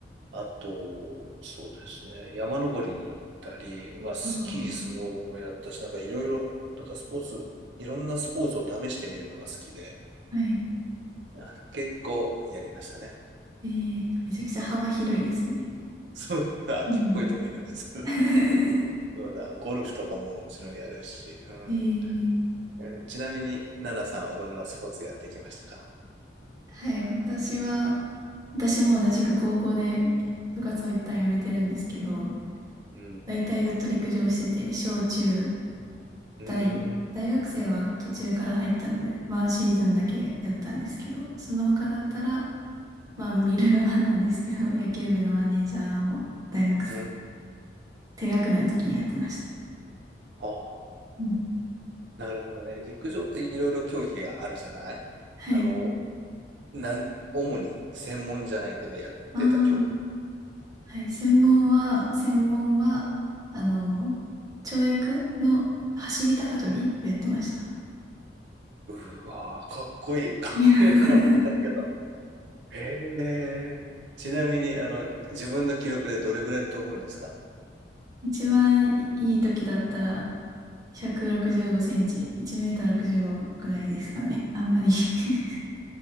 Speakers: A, on the right (about 70°); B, on the right (about 20°).
A: あと、そうですね、山登りに行ったり、まあ、スキー、
B: ああ
A: スノボもやったし、なんかいろいろ、なんかスポーツ、いろんなスポーツを試してみるのが好きで、
B: ー、はい。
A: あの、結構やりましたね。
B: ええめちゃくちゃ幅広いですね。
A: うん。そう、<laughs> 秋っぽいと思うんですけど、
B: うん。<laughs>
A: そうだ、ゴルフとかももちろんやるし、うん。
B: ええ
A: えーちなみに、ナナさんはどんなスポーツやってきましたか
B: はい、私は、私も同じく高校で部活を一旦辞めてるんですけど、
A: うん。
B: 大体ずっと陸上してて、小中
A: うーん。
B: 大、大学生は途中から入ったので、ワンシーズンだけやったんですけど、その他だったら、まあ見る側なんですけど、野球部のマネージャーも大学、
A: うん。
B: 低学年の時にやってました。
A: ああ、
B: うん
A: なるほどね。陸上っていろいろ競技があるじゃないあの、
B: はい。
A: なん、主に専門じゃないけどやってた競技。
B: まあ、はい、専門は、専門は、あの、跳躍の走り高跳びをやってました。
A: うわー、かっこいい。<laughs> かっこいいのかわかんないけど。
B: いや <laughs>
A: へえ。ちなみに、あの、自分の記録でどれぐらい飛ぶんですか
B: 一番いい時だったら165センチ、
A: うん。
B: 1メーター65ぐらいですかね。あんまり <laughs>